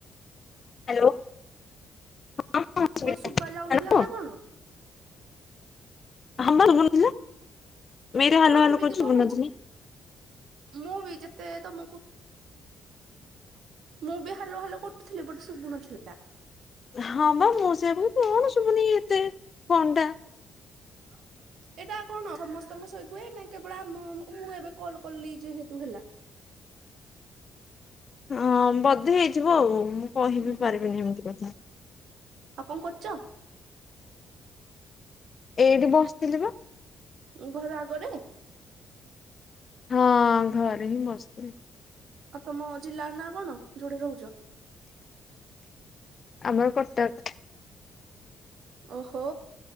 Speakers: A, on the left; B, on the right.
A: ହ୍ୟାଲୋ। ହଁ ହଁ ଶୁଭିଲା
B: କଣ ଶୁଭା ଯାଉନଥିଲା
A: ହ୍ୟାଲୋ।
B: ନା କଣ।
A: ହଁ ପା ସୁଭୁ ନ ଥିଲା। ମେରେ
B: କଣ
A: ହାଲୋ ହାଲୋ
B: ଏମିତି
A: କରୁଚି
B: କଣ
A: ବିନତିନି
B: ହଉଛି ମୁଁ ବି ଯେତେ ତମକୁ ମୁଁ ବି ହାଲୋ ହାଲୋ କରୁଥିଲି ବଟ୍ ଶୁଭୁନଥିଲା।
A: ହଁ ବା ମୁଁ ସେୟା କହିଲି କଣ ଶୁବୁନି ଏତେ ଫନ୍‌ଟା।
B: <inaudible> ଏଟା କଣ ସମସ୍ତଙ୍କ ସହିତୁଏ ନା କେବଳ ଆମ ମୁଁ ଏବେ କଲ କଲି ଯେହେତୁ ହେଲା?
A: ହଁ ବଧେ ହେଇଯିବ ଆଉ ମୁଁ କହି
B: ଉୁଁ
A: ବି
B: ହୁଁ
A: ପାରିବିନି ଏମିତି କଥା।
B: ଆଉ କଣ କରୁଛ।
A: ଏଇଠି ବସିଥିଲି ବା।
B: ଘର ଆଗରେ।
A: ହଁ ଘରେ ହିଁ ବସ୍‌ ଥିଲି।
B: ଆଉ ତମ ଜିଲ୍ଲାର ନାଁ କଣ ଯୋଉଠି ରହୁଛ।
A: ଆମେ କଟକ।
B: ଓହୋ